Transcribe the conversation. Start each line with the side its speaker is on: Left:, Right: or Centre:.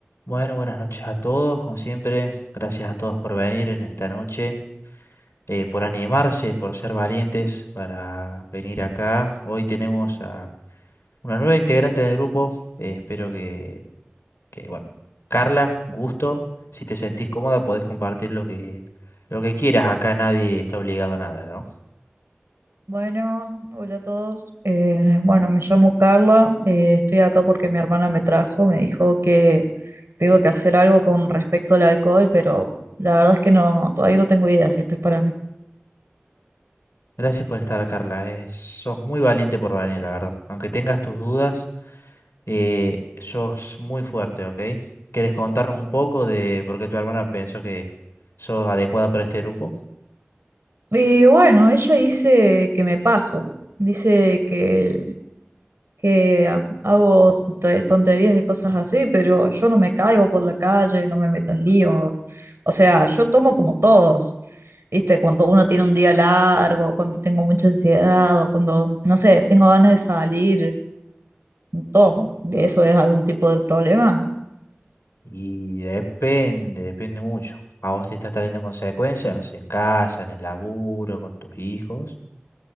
Left: Bueno, buenas noches a todos, como siempre. Gracias a todos por venir en esta noche, eh, por animarse, por ser valientes para venir acá. Hoy tenemos a una nueva integrante del grupo. eh, espero que, que, bueno, Carla, un gusto. Si te sentís cómoda, podés compartir lo que, lo que quieras. Acá nadie está obligado a nada, ¿no?
Right: Bueno, hola a todos. Eh, bueno, me llamo Carla. eh, estoy acá porque mi hermana me trajo. Me dijo que tengo que hacer algo con respecto al alcohol, pero la verdad es que no, todavía no tengo idea si esto es para mí.
Left: Gracias por estar, Carla. eh, sos muy valiente por venir, la verdad. Aunque tengas tus dudas, Eh, sos muy fuerte, ¿ok? ¿Quieres contarnos un poco de por qué tu hermana pensó que sos adecuada para este grupo?
Right: Y bueno, ella dice que me paso. Dice que que ah, hago to- tonterías y cosas así, pero yo no me caigo por la calle, no me meto en lío. O sea, yo tomo como todos, ¿viste? Cuando uno tiene un día largo, cuando tengo mucha ansiedad o cuando, no sé, tengo ganas de salir, tomo. ¿Eso es algún tipo de problema?
Left: Y depende, depende mucho. A vos te está trayendo consecuencias, no sé, en casa, en el laburo, con tus hijos.